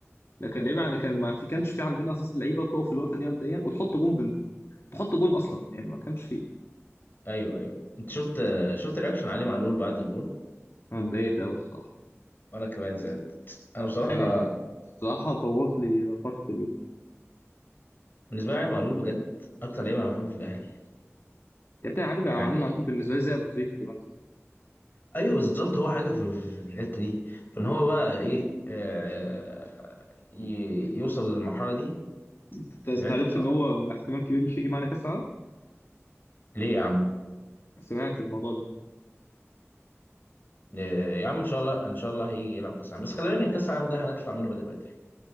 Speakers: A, on the left (about 60°); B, on the left (about 45°).
A: لكن اللعيبه يعني كان ما في كانش في عندنا اساسا لعيبه تقف في الوقفه دي مبدئيا وتحط جون بال... تحط جون اصلا يعني ما كانش فيه
B: ايوه ايوه انت شفت شفت رياكشن علي معلول بعد الجون
A: انا اتضايقت قوي الصراحه
B: وانا كمان زعلت انا بصراحه
A: يعني الصراحه بوظ لي فرحه اليوم
B: بالنسبه لي علي معلول بجد اكتر لعيب انا بحبه في الاهلي
A: يعني بتاع علي علي
B: يعني
A: معلول بالنسبه لي زي ابو تريكه زمان كده
B: ايوه بالظبط هو حاجه في في الحته دي فان هو بقى ايه آه ي- يوصل للمرحله دي
A: انت أنت
B: زعلت
A: عرفت
B: بصراحه
A: ان هو احتمال كبير مش هيجي معانا كاس العالم
B: ليه يا عم
A: سمعت الموضوع ده
B: آه، يا عم ان شاء الله ان شاء الله هيجي يلعب كاس العالم بس خلي بالك ان كاس العالم ده هنطلع منه بدري بدري